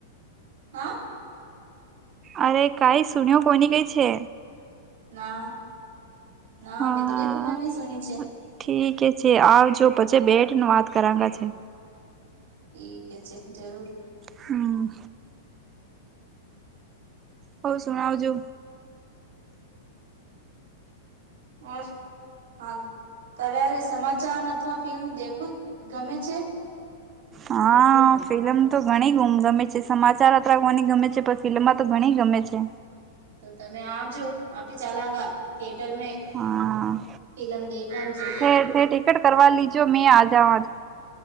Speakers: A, on the right; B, on the right.
A: હા
B: અરે કઈ સુન્યો કોની કઈ છે
A: ના ના
B: હા
A: મેં તો કઈ ખબર નહ સુની છે
B: ઠીકે છે આવજો પછી બેટ ન વાત કરંગ છે
A: ઠીકે છે જરૂર
B: હમ હવ સુણાવજો
A: ઓર હા કવારે સમાચાર અથવા ફિલ્મ દેખું જ ગમે છે
B: હા ફિલ્મ તો ઘણી ગમે છે સમાચાર અત્ર કોની ગમે છે પણ ફિલ્મમાં તો ઘણી ગમે છે
A: તો તમે આવજો આપી ચાલાંગા થિયેટર મે
B: હા
A: ફિલ્મ દેખન છે
B: ટિકટ કર લીજો મે આજાવ આજ